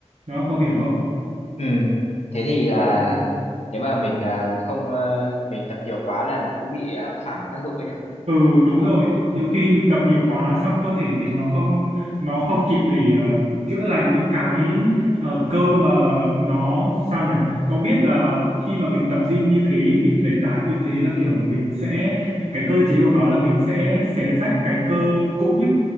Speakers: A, on the right; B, on the left.
A: đó cậu hiểu không
B: Ừ, thế thì là
A: ừ.
B: nếu mà mình à, không ờ, mình tập nhiều quá là nó cũng bị à, phản tác dụng ấy nhỉ?
A: Ừ đúng
B: Đó.
A: rồi, nhiều khi mình tập nhiều quá xong cơ thể mình nó không nó không kịp để ờ, chữa lành những cái ờ, cơ mà nó sao nhỉ? Cậu biết là khi mà mình tập gym như thế, mình đẩy tạ như thế là kiểu mình sẽ cái cơ chế của nó là mình sẽ xé rách cái cơ cũ ấy